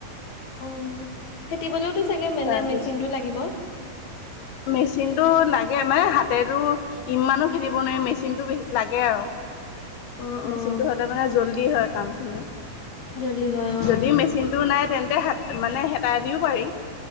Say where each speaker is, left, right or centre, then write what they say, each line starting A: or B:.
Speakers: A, on the left; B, on the left.
A: অ'! ফেটিবলৈওতো চাগে মানে,
B: তাৰপিছ
A: মেচিনটো লাগিব।
B: মেচিনটো লাগে, মানে হাতেতো ইমানো ফেটিব নোৱাৰি, মেচিনটোে লাগে আৰু।
A: অ',
B: মেচিনটো
A: অ',
B: হ'লে মানে, জল্দি হয় কামখিনি।
A: জল্দি হয় অ',
B: যদি
A: অ',
B: মেচিনটো নাই তেন্তে হ' মানে, হেতা দিও পাৰি।